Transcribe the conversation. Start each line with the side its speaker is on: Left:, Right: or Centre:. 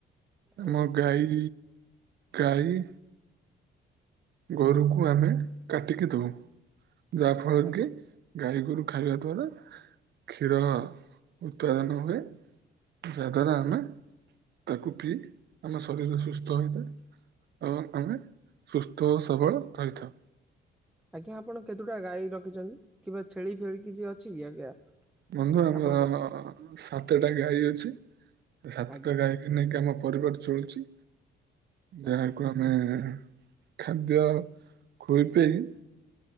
Right: ଆମ
Centre: ଆଜ୍ଞା
Right: ଗାଈ ଗାଈ ଗୋରୁକୁ ଆମେ କାଟିକି ଧୋଉ। ଯା ଫଳରେ
Centre: ଆଜ୍ଞା
Right: କି ଗାଈ ଗୋରୁ ଖାଇବା ଦ୍ଵାରା କ୍ଷୀର ଉତ୍ପାଦନ ହୁଏ ଯାହାଦ୍ୱାରା
Centre: ଆଜ୍ଞା।
Right: ଆମେ ତାକୁ ପିଇ ଆମ ଶରୀର ସୁସ୍ଥ ହେଇଥାଏ। ଆଉ ଆମେ ସୁସ୍ଥ ଓ ସବଳ ରହିଥାଉ।
Centre: ଆଜ୍ଞା ଆପଣ କେତେଟା ଗାଈ ରଖିଚନ୍ତି କିମ୍ବା ଛେଳି ଫେଳି କିଛି ଅଛି କି ଆଜ୍ଞା।
Right: ବନ୍ଧୁ ଆମର
Centre: ଆପଣଙ୍କ
Right: ସାତଟା ଗାଈ ଅଛି ସାତଟା
Centre: ଆଜ୍ଞା
Right: ଗାଈ ଏ ନେଇକି ଆମ ପରିବାର ଚଳୁଚି। ଯାହାକୁ
Centre: ଆଜ୍ଞା
Right: ଆମ୍ ମନେ ଖାଦ୍ୟ ଖୋଇପେଇ